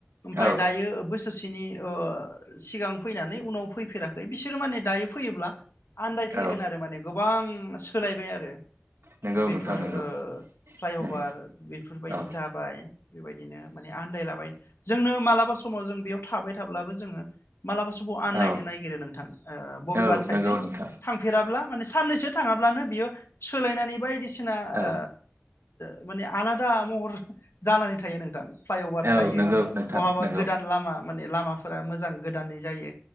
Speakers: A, on the left (about 80°); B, on the right (about 80°).
A: ओमफ्राय
B: औ
A: दायो बोसोरसेनि ओ सिगां फैनानै उनाव फैफेराखै बिसोरो माने दायो फैयोब्ला आन्दायफैगोन
B: औ
A: आरो माने गोबां सोलायबाय आरो
B: नंगौ
A: बेफोर
B: नोंथां
A: ओ
B: नंगौ
A: फ्लाइअभार
B: नंगौ
A: बेफोरबायदि
B: औ
A: जाबाय बेबायदिनो माने आन्दायलाबाय जोंनो मालाबा समाव जों बेयाव थाबाय थाब्लाबो <unintelligible> मालाबा समाव आन्दायनो
B: औ
A: नागिरो नोंथां ओ बबेबा
B: औ
A: साइडजों
B: नंगौ नोंथां
A: थांफेराब्ला माने साननैसो थाङाब्लानो बियो सोलायनानै बायदि सिना
B: औ
A: ओ -ओ माने आलादा महर जानानै थायो नोंथां। फ्लाइअभार
B: औ
A: जायो
B: नंगौ नोंथां
A: बहाबा
B: नंगौ
A: गोदान लामा माने लामाफोरा मोजां गोदानै जायो।